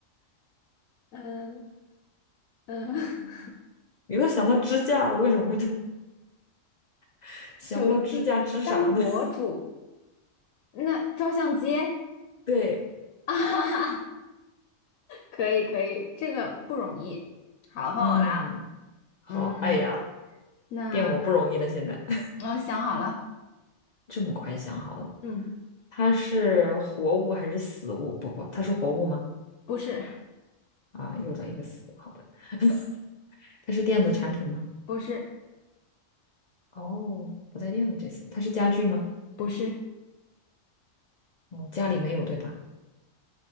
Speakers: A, on the left; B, on the left.
A: 嗯嗯，<laughs>
B: 你都想到支架了，为什么就 <laughs>
A: 手机当博主，
B: 想不到支架支啥呢？<laughs>
A: 那照相机。
B: 对，
A: <laughs> 啊哈哈，可以可以，这个不容易。好，换我啦。
B: 嗯，好，
A: 嗯，
B: 哎呀，
A: 那
B: 变我不容易了，现在 <laughs>
A: 我想好了。
B: 这么快想好了，
A: 嗯，
B: 它是活物还是死物？不不，它是活物吗？
A: 不是，
B: 啊，又来一个死，好的，<laughs> 它是电子产品吗？
A: 不是，
B: 哦，不带电了，这次它是家具吗？
A: 不是，
B: 嗯，家里没有，对吧？